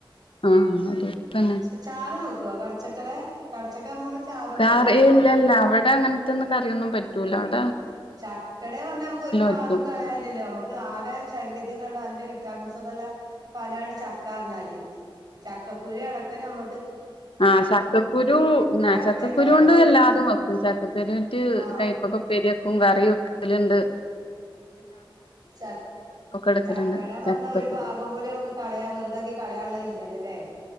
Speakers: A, on the left (about 85°); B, on the right (about 50°).
A: ആഹ് അത് തന്നെ
B: ച ചാറും വെക്കുവൊ കടച്ചക്കടെ? കടച്ചക്ക ആകുമ്പോ നമ്മള് ചാറ് വെക്കുവല്ലോ
A: കറി ഏ ല്ലല്ല അവ്ടങ്ങനത്തൊന്നും കറിയൊന്നും പറ്റൂല അവ്ടെ
B: ചക്കേട പറഞ്ഞാ ഞമക്ക് ഒരു ഭാഗം
A: പറ്റും
B: കളയാല്ലല്ലോ മ്മക്ക് ആകെ ശരീരത്തിക്ക് വാണ്ട നല്ല വിറ്റാമിൻസൊക്കെള്ള ഫലാണ് ചക്കാർഞ്ഞാല് ചക്കക്കുരു അടക്കം ഞമ്മ
A: ആ ചക്കക്കുരു
B: കടച്ചക്ക
A: ചക്കക്കുരു
B: ആകുമ്പോ
A: കൊണ്ട് എല്ലാതും വെക്കും ചക്കക്കുരുറ്റ്
B: ആഹ്
A: കയ്പ്പക്കപ്പേരിവെക്കും കറിവെക്കലുണ്ട്
B: ച
A: എടുക്കല്ണ്ട്
B: ചക്കട പറഞ്ഞ
A: ചക്കക്കുരു
B: ഒരു ഭാഗം പോലും അമ്മക്ക് കളയാൻ വെറുതാക്കി കളയാന്ള്ള ല്ല്യാല്ലോലെ